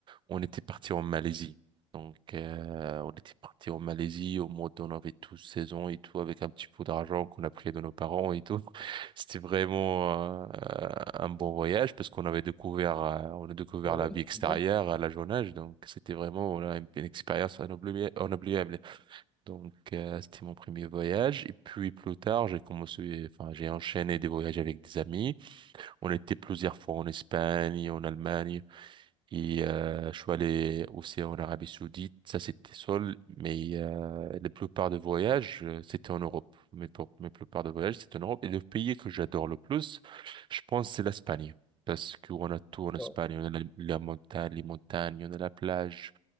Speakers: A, on the right (about 30°); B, in the centre.
A: On était parti en Malaisie. Donc, euh, on était parti en Malaisie au mois on avait tous seize ans et tout, avec un petit peu d'argent qu'on a pris de nos parents et tout. <laughs> C'était vraiment euh, euh, un bon voyage parce qu'on avait découvert, euh, on a découvert
B: Ah ouais,
A: la vie extérieure
B: c'est bien.
A: à la jeune âge. Donc, c'était vraiment voilà, une, une expérience inoubliable. inoubliable. Donc, euh, c'était mon premier voyage. Et puis, plus tard, j'ai commencé, enfin, j'ai enchaîné des voyages avec des amis. On était plusieurs fois en Espagne, en Allemagne. Et euh, je suis allé aussi en Arabie Saoudite, ça c'était seul, mais euh, la plupart des voyages, euh, c'était en Europe. Mais pour la plupart des voyages, c'était en Europe. Et le pays que j'adore le plus, je pense, c'est l'Espagne. Parce qu'on a tout en Espagne.
B: Ah.
A: On a la, la montagne, les montagnes, on a la plage,